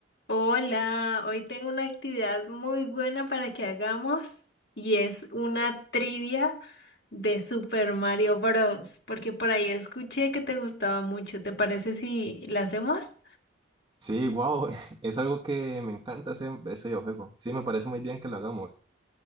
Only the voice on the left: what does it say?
Hola, hoy tengo una actividad muy buena para que hagamos y es una trivia de Super Mario Bros. porque por ahí escuché que te gustaba mucho. ¿Te parece si la hacemos?